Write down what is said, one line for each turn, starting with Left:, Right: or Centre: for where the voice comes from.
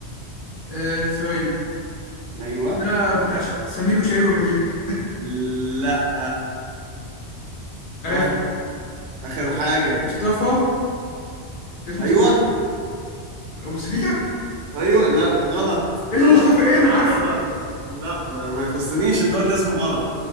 Left: آه، ثواني
Right: ايوه
Left: ده بتاع ش- سمير وشهير وبهير
Right: لا
Left: عرفت
Right: ها اخر حاجة
Left: مصطفى اسمه
Right: ايوه
Left: مصطفى ايه ابو سريع <laughs>
Right: ايوه لا غلط
Left: اسمه
Right: غلط
Left: مصطفى ايه انا عارفه
Right: غلط لا ما, ما يخصنيش انت قلت اسمه غلط